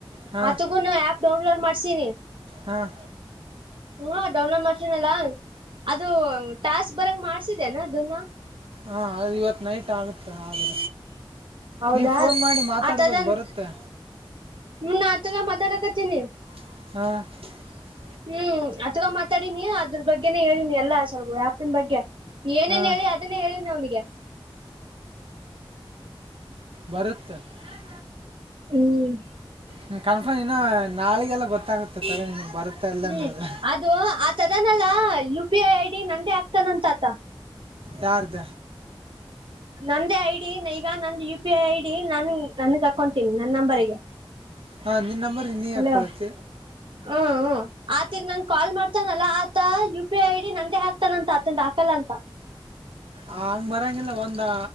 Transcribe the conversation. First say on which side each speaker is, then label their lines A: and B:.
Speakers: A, on the right; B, on the right.
A: ಹಾಂ
B: ಆತಗೂನು ಆಪ್ ಡೌನ್ಲೋಡ್ ಮಾಡ್ಸಿನಿ.
A: ಹಾಂ.
B: ಹ್ಮ ಡೌಲೋಡ್ ಮಾಡ್ಸಿನ್ ಅಲ್ಲ ಅದು ಟಾಸ್ಕ್ ಬರಂಗ ಮಾಡ್ಸಿದೇನ ಅದನ್ನ <unintelligible>
A: ಹಾ <unintelligible> ಅ ಇವತ್ ನೈಟ್ ಆಗುತ್ತೆ ಆದ್ರ.
B: ಹೌದಾ
A: ನೀವ ಫೋನ್ ಮಾಡಿ ಮಾತಾಡ್ಬೋದು
B: ಆತದನ್
A: ಬರುತ್ತೆ.
B: ಹ್ಮ್ <unintelligible> ಮಾತಾಡಕತೀನಿ.
A: <unintelligible>
B: ಹ್ಮ್ <unintelligible> ಮಾತಾಡಿನಿ ಅದ್ರ ಬಗ್ಗೆನೇ ಹೇಳನಿ ಎಲ್ಲಾ ಯ್ಯಾಪನ್ ಬಗ್ಗೆ. ಏನೇನ್
A: ಹಾಂ
B: ಹೇಳಿ ಅದನ್ನೇ ಹೇಳಿನ ಅವ್ನಿಗೆ <unintelligible>
A: ಬರುತ್. <unintelligible>
B: ಹ್ಮ್.
A: ಹ್ಮ ಕನ್ಫರ್ಮ್ ಇನ್ನು ನಾಳಿಗೆಲ್ಲ ಗೊತ್ತಾಗುತ್ತೆ ತಗ ನಿಮಗೆ. ಬರುತ್ತೆ ಇಲ್ಲ
B: ಹ್ಮ್
A: ಅನ್ನೋದು
B: ಅದು ಆ ತದಾನಲ್ಲ U P I I D ನಂದೇ ಆಗ್ತಾನಂತ ಆತ.
A: ಯಾರದ.
B: ನಂದೇ ಐಡಿ ಈಗ ನಂದು ಯು ಪಿ ಐ ಐಡಿ ನನ್ ನನ್ನ ತಕೊತೀನಿ ನನ್ನ ನಂಬರ್ಗೆ.
A: ಹಾ ನಿನ್ ನಂಬರ್ ನೀ
B: ಹಲೋ
A: ಹಾ ಕೊಳತ್ತ.
B: ಹ್ಮ್ ಆತ ನನ್ ಕಾ ಮಾಡತಾನಲ್ಲ ಆತ ಯು ಪಿ ಐ ಐಡಿ ನಂದೇ ಹಾಕ್ತಾನಂತ ಆತಾ ಅಂತ
A: ಹಂಗೆ ಬರೋಂಗಿಲ್ಲ ಒಂದು